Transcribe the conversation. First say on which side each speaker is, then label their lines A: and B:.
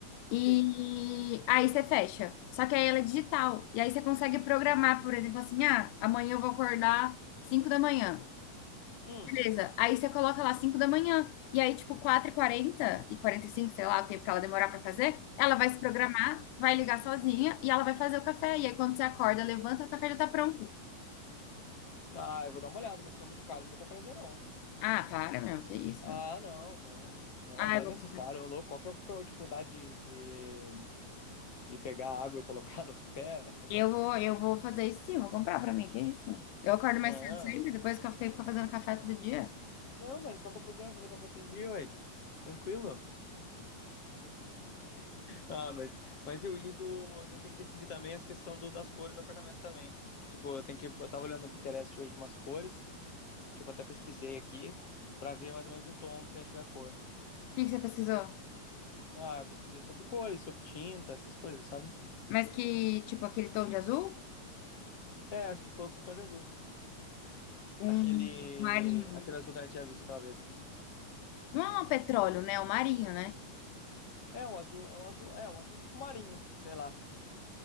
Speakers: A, on the left (about 85°); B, on the left (about 40°).
A: E
B: sim.
A: aí você fecha. Só que aí ela é digital. E aí você consegue programar, por exemplo, assim, ah, amanhã eu vou acordar 5 da manhã.
B: Hum.
A: Beleza. Aí você coloca lá 5 da manhã. E aí, tipo, quatro e quarenta e 45, sei lá, o tempo que ela demorar pra fazer, ela vai se programar, vai ligar sozinha e ela vai fazer o café. E aí, quando você acorda, levanta, o café já tá pronto.
B: Tá, eu vou dar uma olhada, mas se for muito caro, não vou comprar Z, não.
A: Ah, para, meu, que isso?
B: Ah, não, não. Não,
A: Ah,
B: não
A: eu
B: é necessário.
A: vou,
B: Ô, louco, qual que é a dificuldade de, de, de pegar água e colocar no café? <laughs>
A: eu vou, eu vou fazer isso sim, vou comprar pra mim, que isso? Eu acordo
B: Não,
A: mais cedo sempre, depois que eu tenho que ficar fazendo café todo dia. O
B: não, mas qual que é o problema fazer café todo dia, ué? Tranquilo. Ah, mas, mas eu ia do. Eu tenho que decidir também as questões do, das cores do apartamento também. Tipo, eu tenho que. Eu tava olhando no Pinterest hoje umas cores. Tipo, até pesquisei aqui pra ver mais ou menos o tom do que a gente vai pôr.
A: que que você pesquisou?
B: Ah, eu pesquisei sobre cores, sobre tinta, essas coisas, sabe?
A: Mas que, tipo, aquele tom de azul?
B: É, acho que foi com o tom de azul.
A: Um
B: Aquele,
A: marinho.
B: aquele azul que a gente tinha visto aquela vez.
A: Não é um petróleo, né? É um marinho, né?
B: É um azul, é um azul, é um azul tipo marinho, sei lá.